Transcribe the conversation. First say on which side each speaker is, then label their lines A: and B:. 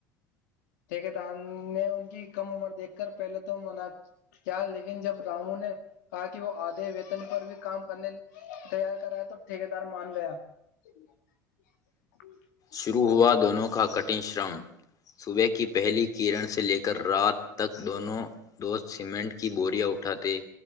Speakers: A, on the left (about 65°); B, on the left (about 35°).
A: ٹھیکدار نے ان کی کم عمر دیکھ کر پہلے تو منا کیا لیکن جب رامو نے کہا کہ وہ آدھے ویتن پر بھی کام کرنے تیار کرایا تو ٹھیک دار مان گیا <unintelligible>
B: شروع ہوا دونوں کا کٹن شرم صبح کی پہلی کرن سے لے کر رات تک دونوں دوست سیمنٹ کی بوریاں اٹھاتے